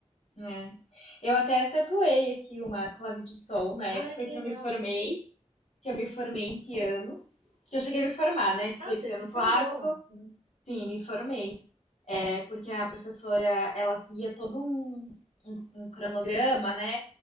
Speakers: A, on the left; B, on the right.
A: É. Eu até tatuei aqui uma clave de sol na época
B: Ah, que
A: que
B: legal.
A: eu me formei, que eu me formei em piano. Que eu cheguei a me formar, né? Estudei
B: Ah, você
A: piano
B: se
A: clássico,
B: formou. Uhum.
A: sim, me formei. É porque a professora ela seguia todo um, um, um cronograma, né,